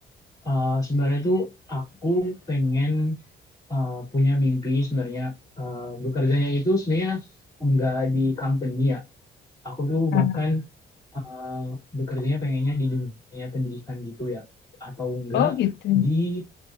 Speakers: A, on the left (about 20°); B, on the left (about 60°).
A: eh, sebenarnya tuh aku pengen eh, punya mimpi sebenarnya eh, bekerjanya itu sebenarnya enggak di company ya. Aku tuh
B: Ah,
A: bahkan eh, bekerjanya pengennya di dunia pendidikan gitu ya, atau enggak
B: Oh gitu.
A: di